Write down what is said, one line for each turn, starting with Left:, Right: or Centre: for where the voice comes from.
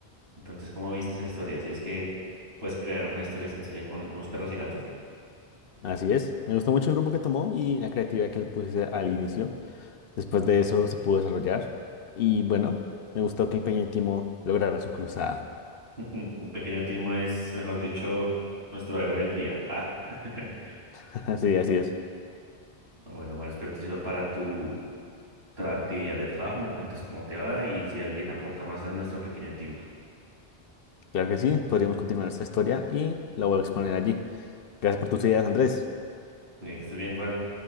Right: Entonces, ¿cómo viste esa historia? Si es que puedes crear una historia sencilla con unos perros y gatos.
Left: Así es. Me gustó mucho el rumbo que tomó y la creatividad que le puse al inicio Después de eso se pudo desarrollar y bueno, me gustó que el Peñítimo lograra su cruzada.
Right: <laughs> El pequeño Timo es, mejor dicho, nuestro héroe del día. Ah. <laughs>
Left: <laughs> Sí, así es.
Right: Bueno, Juan, espero te sirva para tu tra- actividad del trabajo. Me cuentas cómo te va y si alguien aporta más a nuestro pequeño Timo.
Left: Claro que sí, podríamos
Right: Y bien.
Left: continuar esta historia y la voy a exponer allí. Gracias por tus ideas, Andrés.
Right: Eh, Que estés bien, Juan.